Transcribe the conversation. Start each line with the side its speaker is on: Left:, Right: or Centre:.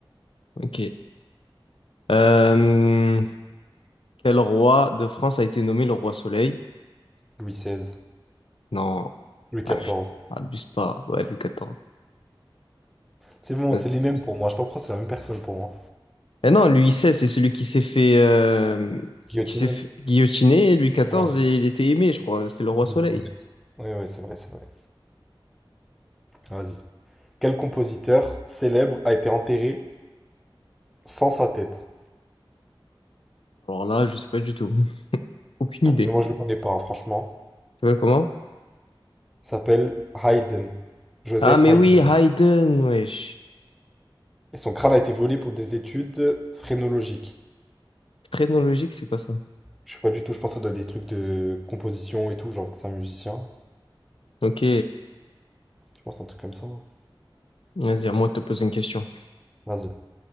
Left: ok. Euh, quel roi de France a été nommé le roi Soleil?
Centre: Louis XVI,
Left: Non,
Centre: Louis XIV.
Left: ah, je- abuse pas. Ouais, Louis XIV.
Centre: C'est bon,
Left: Vas-y.
Centre: c'est les mêmes pour moi. Je sais pas pourquoi c'est la même personne pour moi.
Left: Eh non, Louis XVI, c'est celui qui s'est fait, euh,
Centre: Guillotiné?
Left: qui s'est fait guillotiner. Louis XIV,
Centre: Ouais,
Left: et il était aimé, je crois. C'était le roi Soleil.
Centre: oui, c'est vrai. Ouais, ouais, c'est vrai, c'est vrai. Vas-y. Quel compositeur célèbre a été enterré sans sa tête?
Left: Alors là, je sais pas du tout. <laughs> Aucune idée.
Centre: Mais moi, je le connais pas, hein, franchement.
Left: s'appelle comment?
Centre: Il s'appelle Haydn, Joseph
Left: Ah, mais
Centre: Haydn.
Left: oui, Haydn, wesh.
Centre: Et son crâne a été volé pour des études phrénologiques.
Left: Phrénologique, c'est quoi ça?
Centre: Je sais pas du tout, je pense que ça doit être des trucs de composition et tout, genre que c'est un musicien.
Left: Ok,
Centre: Je pense que c'est un truc comme ça. hein.
Left: vas-y, à moi de te poser une question.
Centre: Vas-y.